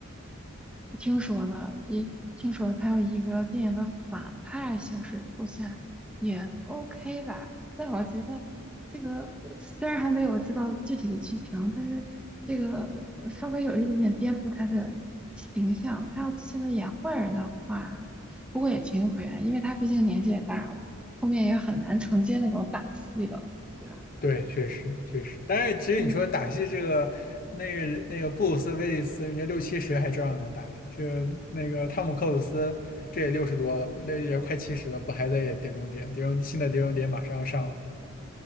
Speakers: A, in the centre; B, on the left.
A: 我听说了，也听说了，他要以一个电影的反派形式出现，也 OK 吧？但我觉得这个呃虽然还没有知道具体的剧情，但是这个呃稍微有一点点颠覆他的形象。他要现在演坏人的话，不过也情有可原，因为他毕竟年纪也大了，后面也很难承接那种打戏的，对吧？
B: 对，确实确实。但是其实你说打戏这个，
A: 嗯。
B: 那个那个布鲁斯·威利斯，人家六七十还照样能打，这那个汤姆·克鲁斯这也六十多了，那也快七十了，不还在演《碟中谍》？《碟中新的《碟中谍》马上要上